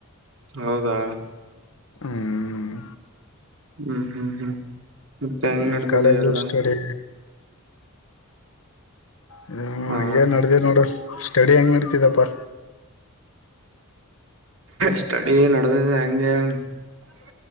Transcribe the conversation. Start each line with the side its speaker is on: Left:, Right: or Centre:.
Right: ಹೌದಾ
Left: ಹ್ಮ್
Right: ಹ್ಮ್ ಹ್ಮ್ ಹ್ಮ್ ಮತ್ತೆ ಹೆಂಗ್
Left: ಇನ್
Right: ನಡ್ತಿದೆ
Left: ಕಾಲೇಜು
Right: ಎಲ್ಲ
Left: ಸ್ಟಡಿ ಹ್ಮ
Right: ಹಾ
Left: ಹಂಗಗೆ ನಡ್ದ ನೋಡು ಸ್ಟಡಿ ಹೆಂಗ್ ನಡತಿದಪ್ಪಾ
Right: ಸ್ಟಡಿ ನ ನ ಭಂಗ <unintelligible>